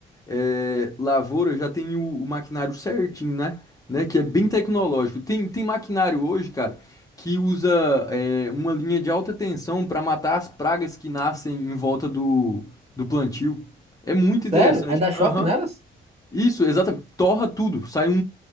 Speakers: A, on the left (about 15°); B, on the right (about 30°).
A: é, lavoura já tem o, o maquinário certinho, né? Né? Que é bem tecnológico. Tem, tem maquinário hoje, cara, que usa é, uma linha de alta tensão para matar as pragas que nascem em volta do, do plantio. É muito
B: Sério?
A: interessante.
B: Aí dá choque
A: Aham.
B: nelas?
A: Isso, exatamente. Torra tudo. Sai um,